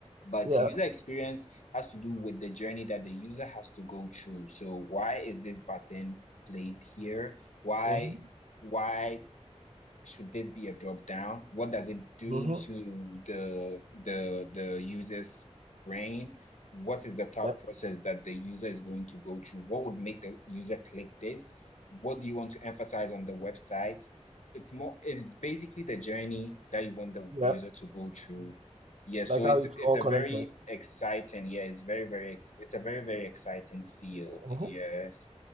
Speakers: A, on the left; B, on the right.
A: But
B: Yeah.
A: user experience has to do with the journey that the user has to go through. So why is this button placed here? Why?
B: Mhm.
A: why should this be a drop down? What does it do
B: Mhm.
A: to the the the user's brain? What is the thought
B: Yeah.
A: process that the user is going to go through? What would make the user click this? What do you want to emphasize on the website? It's more, it's basically the journey that you want the
B: Mhm.
A: user to go through. Yeah, so
B: like how
A: it's
B: it's
A: it's
B: all
A: a
B: connected.
A: very exciting, yeah, it's very, very, ex- it's a very, very exciting field.
B: Mhm.
A: Yes.